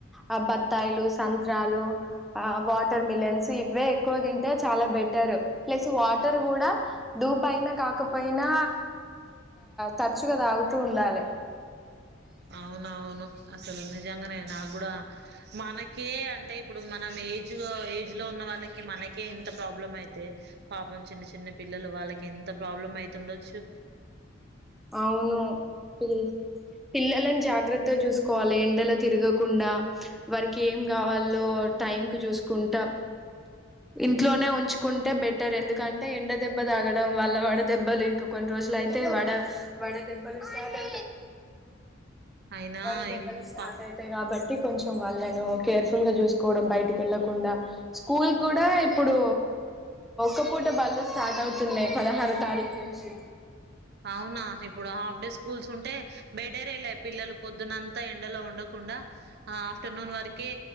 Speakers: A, in the centre; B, on the right.
A: ఆ బత్తాయిలు సంత్రాలు ఆ వాటర్ మిలన్స్ ఇవే ఎక్కువ తింటే చాలా బెటర్ ప్లస్ వాటర్ కూడా డూ పయిైన కాకపోయినా తరచుగా తాగుతూ ఉండాలి
B: అవునవును అసలు నిజంగానే నాకు కూడా మనకే అంటే ఇప్పుడు మనం ఏజ్ ఏజ్ లో ఉన్న వాళ్ళకి మనకే ఇంత ప్రాబ్లం అయితే పాపం చిన్న చిన్న పిల్లలు వాళ్ళకి ఎంత ప్రాబ్లం అయితు ఉండొచ్చు
A: అవును పిల్ పిల్లలని జాగ్రత్త చూసుకోవాలి ఎండలో తిరగకుండా వారికి ఏం కావాలో టైం కు చూసుకో పుకుంటా ఇంట్లోనే ఉంచుకుంటే బెటర్ ఎందుకంటే ఎండ దెబ్బ తాగడం వల్ల వడ దెబ్బలు ఇంకా కొన్ని రోజులుయితే వడ వడే దెబ్బలు స్టార్ట్ అ
B: అయినా
A: వడదెబ్బలు
B: ఏం
A: స్టార్ట్
B: పా
A: అయితే ఇ బట్టి కొంచెం వాళ్ళను కేర్ఫుల్ గా చూసుకోవడం బయటికి వెళ్ళకుండా స్కూల్ కూడా ఇప్పుడు ఒ పూట బళ్లు స్టార్ట్ అవుతున్నాయి పదహారో తారీఖు నుంచి
B: అవునా ఇప్పుడు హాఫ్ డే స్కూల్స్ ఉంటే బెటరేలే పిల్లలు పొద్దున్నంతా ఎండలో ఉండకు కుండ ఆఫ్టర్నూన్ వరకు కే